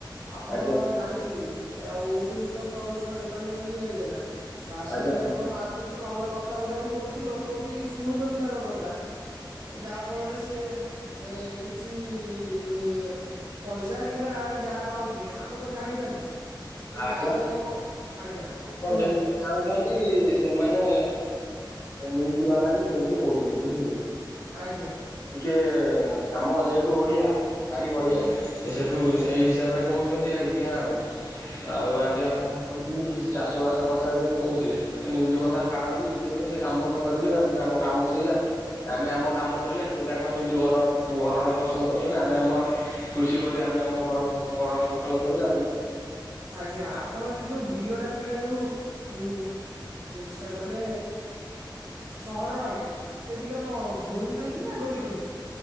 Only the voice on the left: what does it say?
ଆଜ୍ଞା
ଆଜ୍ଞା
ଆଜ୍ଞା
ଆଜ୍ଞା
ଲୋକ
ଯେମିତି ଆ ଚାହୁଁଛନ୍ତି ସେମାନେ ସେ ନ୍ଯୁଜ ବାଲା ବି ସେମିତି କହୁଛନ୍ତି ବୁଝିଲେ।
ଟିକେ ଆମ ଯେହେତୁ ଓଡିଆ ବାରି ବଢିଆ
ସେ ସେଠୁ
ସେଇ ହିସାବରେ କହୁଛନ୍ତି ଆଜ୍ଞା ଆଉ। ଆଉ ଆଜ୍ଞା କଣ କହିବିନି ଚାଷ ବାସ କଥା ଯୋଉ କହୁଥିଲେ। ନିଉଜ କଥା ଛାଡନ୍ତି। କିଏ ତ ସେଇ କାମ କରିବେ ଆଉ ତାଙ୍କ କାମ ସେଇଆ ଆମେ ଆମ କାମ
କରିବା ସେ ତାଙ୍କ ସେମିତି ଘର ହରଣ ପୋଷଣ କରୁଛନ୍ତି ଆମେ ଆମର କୃଷି କରି ଆମେ ଆମ
ଘର ପଣ ପୋଷଣ କରି ଆଉ।